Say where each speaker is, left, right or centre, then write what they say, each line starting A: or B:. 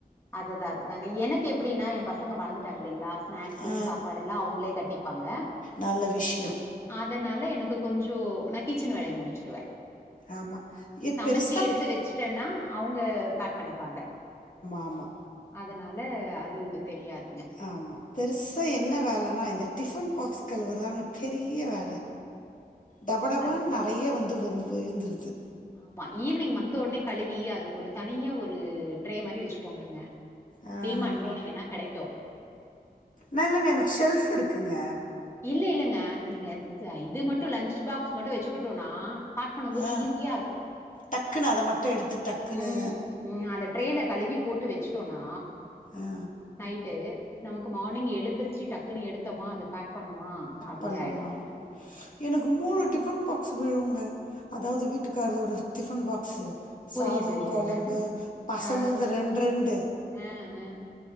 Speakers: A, on the left; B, on the left.
A: அதுதான் அதுதாங்க எனக்கு எப்படின்னா என் பசங்க வளந்துட்டாங்க இல்லலைங்களா ஸ்நாக்ஸ்
B: ஆ
A: சா பாடல்லாம் அவங்களே கட்டிப்பாங்க
B: நல்ல விஷ்யோ
A: அதனால எனக்கு கொஞ்சம் நான் கிச்சன் வேலையை முடிச்சிருவேன்
B: ஆமா எ
A: சமைச்சு
B: பெருசா
A: எடுத்து வச்சுட்டேன்னா அவங்க பேக் பண்ண பாங்க
B: ஆம்மா
A: அதனால அது தெரியாது
B: ஆமா பெருசா என்ன வேலைனா அ டிஃபன் பாக்ஸ் கலுவுரதாங்க பெரிய வேலை டபடபான்
A: அது
B: நிறைய வந்து வந்து உயந்துடுது
A: ஆமா ஈவினிங் வந்த உடனே கழுவி அதுக்கு ஒருத்தான் தனைய ஒரு ட்ரே மாதிரி வச்சுக்கோங்கங்க
B: ஆஹ்
A: டிமார்ட் போனீங்கன்னா கெடைக்கும்.
B: நல்லங்க எனக்கு ஷெல்ஃப் இருக்கு இருக்குங்க
A: இல் இல்லைங்க நீங்க இது மட்டும் லன்ச் பாக்ஸ் மட்டும் வச்சுக்கிட்டோனா ப் பண்ணும்போது
B: ஆ
A: ஈஸியா இருக்கும்
B: டக்குன்னு அத மட்டு எடுத்து டக்குன்னு
A: உம் உம் அந்த ட்ரேல கழுவி போட்டு வச்சு சொனா
B: ஆ
A: நைட்டு நமக்கு மார்னிங் எழுந்தருச்சு டக்குனு எடுத்தோமா அ பேக் பண்ணோமா, அப்டி
B: பண்ண
A: ஆயிடும். ம்.
B: எனக்கு மூணு ப் விழுவங்க அதாவது வீட்டுக்கருர் ஒரு டிஃபன் பாக்ஸ்
A: புரியுது.
B: சாதம் குழம்பு
A: எல்
B: பசங்களது
A: அ,
B: ரெண்டு ரெண்டு
A: அ, அ.